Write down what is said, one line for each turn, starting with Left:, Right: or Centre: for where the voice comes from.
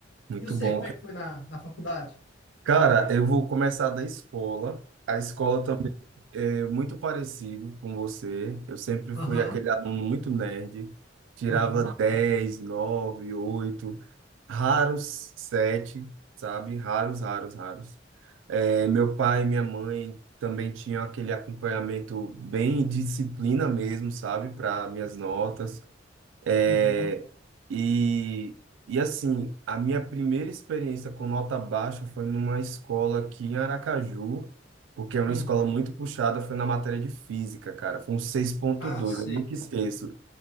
Right: Muito
Left: E eu sei
Right: bom.
Left: como é que foi na, na faculdade?
Right: Cara, eu vou começar da escola. A escola também é muito parecido com você. Eu sempre
Left: Aham,
Right: fui aquele aluno muito nerd, tirava
Left: aham,
Right: 10, 9, 8, raros 7, sabe? Raros, raros, raros. É, meu pai e minha mãe também tinham aquele acompanhamento bem disciplina mesmo, sabe? Para minhas notas. É,
Left: uhum.
Right: e, e assim, a minha primeira experiência com nota baixa foi numa escola aqui em Aracaju, porque era
Left: Hum.
Right: uma escola muito puxada, foi na matéria de física, cara. Foi um seis ponto
Left: Ah,
Right: dois
Left: sei.
Right: eu nunca esqueço.